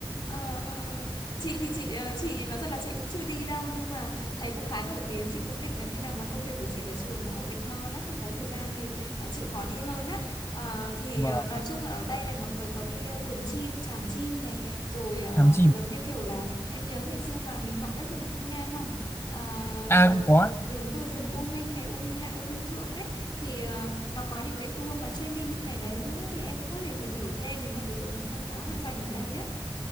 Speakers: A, on the left; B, on the left.
A: ờ ờ ờ chị thì chị ờ, chị nói thật là chị cũng chưa đi đâu nhưng mà thầy cũng khá nổi tiếng chị cũng định là khi nào mà công việc của chị ở trường nó ổn định hơn á thì có thời gian thì ờ, chịu khó đi hơn á Ờ, thì
B: vâng
A: ờ, nói chung là ở đây này mọi người có đi ờ, vườn chim chàm chim này rồi ờ,
B: thám chìm
A: giống như kiểu là em nhớ ngày xưa mà mình học đất rừng phương Nam không Ờ,
B: à
A: nó
B: cũng có
A: đúng rồi rừng U Minh này U Minh Hạ U Minh Thượng đấy thì ờ, nó có những cái tour mà chuyên đi những cái đấy luôn á thì em cũng có thể tìm hiểu thêm nếu mà ví dụ mình không quá là rành ở đây á